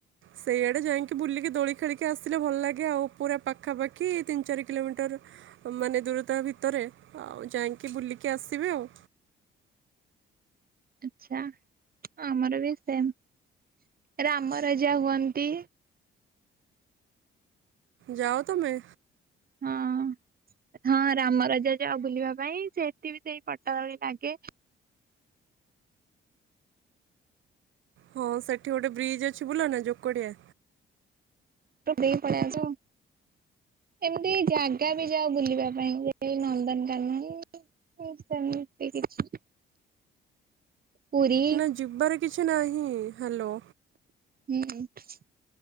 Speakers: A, on the right (about 75°); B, on the right (about 50°).
A: ସେଇଆଡ଼େ ଯାଇକି ବୁଲିକି ଦୋଳି ଖେଳିକି ଆସିଲେ ଭଲ ଲାଗେ ଆଉ ଉପରେ ପାଖାପାଖି ତିନି ଚାରି କିଲୋମିଟର ମାନେ ଦୂରତା ଭିତରେ ଆଉ ଯାଇକି ବୁଲିକି ଆସିବେ ଆଉ।
B: ଆଛା ଆମର ବି ସେମ ରାମ ରାଜା ହୁଅନ୍ତି।
A: ଯାଅ ତମେ।
B: ହଁ। ହଁ ରାମ ରାଜା ଯାଅ ବୁଲିବା ପାଇଁ ସେଠି ବି ସେଇ ପଟା ଦଳି ଲାଗେ।
A: ହଁ ସେଠି ଗୋଟେ ବ୍ରିଜ୍ ଅଛି ବୁଲ ନା ଯୋକଡିଆ।
B: <unintelligible> ପଳେଇଆସ ଏମିତି ଜାଗା ବି ଯାଅ ବୁଲିବା ପାଇଁ <inaudible> ଏଇ ନନ୍ଦନକାନନ ସେମିତି କିଛି ପୁରୀ।
A: ନା ଯିବାର କିଛି ନାହିଁ ହ୍ୟାଲୋ।
B: ହୁଁହୁଁ।